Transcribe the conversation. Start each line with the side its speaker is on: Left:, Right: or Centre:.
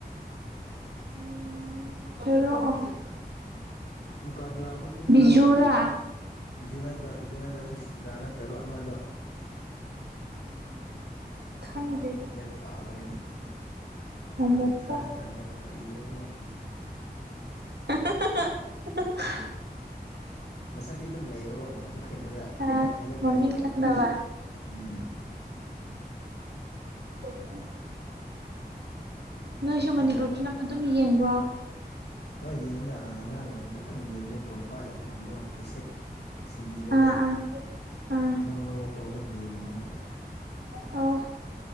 Right: ꯎꯝ ꯍꯦꯔꯣ
Left: ꯃꯨꯀꯥꯕꯂꯥ ꯍꯣꯏ ꯀꯨꯝꯕꯗꯣ꯫
Right: ꯕꯤꯖꯨꯔꯥ
Left: ꯕꯤꯖꯨ ꯅꯠꯇꯕ ꯕꯤꯖꯨ ꯅꯠꯇ꯭ꯔꯁꯨ ꯁꯤꯇ꯭ꯔꯥ ꯅꯠꯇꯕ ꯑꯃꯗꯣ꯫
Right: ꯈꯪꯗꯦꯗ
Left: ꯀꯥꯒ꯭ꯔꯦꯅꯦ ꯊꯣꯏ
Right: ꯃꯣꯃꯣꯀꯣꯛ
Left: ꯆꯥꯅꯠꯗꯕ ꯀꯔꯤꯔꯕꯣ
Right: <unintelligible>
Left: ꯃꯁꯛꯇꯤ ꯑꯗꯨꯝ ꯂꯩꯕꯕꯣ ꯀꯩꯅꯣꯗ
Right: ꯑꯥ
Left: ꯍꯥꯏꯗꯣꯛꯄ
Right: ꯃꯃꯤꯡ
Left: ꯍꯩꯇꯕ
Right: ꯈꯪꯗꯕ
Left: ꯎꯝ꯫
Right: <unintelligible> ꯅꯣꯏꯁꯨ
Left: ꯐꯖ
Right: ꯃꯅꯤꯄꯨꯔ ꯐꯤꯂꯝ ꯑꯗꯨꯝ ꯌꯦꯡꯕ꯭ꯔꯣ꯫
Left: ꯍꯣꯏ ꯌꯦꯡꯗ ꯍꯥꯟꯅ ꯑꯉꯥꯡ ꯑꯣꯏꯔꯤ ꯇꯟ ꯌꯦꯡꯉꯤꯅ ꯐꯣꯟ ꯄꯥꯏꯗꯕ ꯃꯇꯝꯗꯣ ꯀꯦꯁꯦꯠ꯫ ꯇꯤꯕꯤꯗꯒ
Right: ꯑꯥ ꯑꯥ ꯑꯥ
Left: ꯑꯅꯧ ꯑꯅꯧꯕ ꯊꯣꯛ ꯑꯗꯨꯝ ꯌꯦꯡꯕꯅꯦ <unintelligible>
Right: ꯑꯣ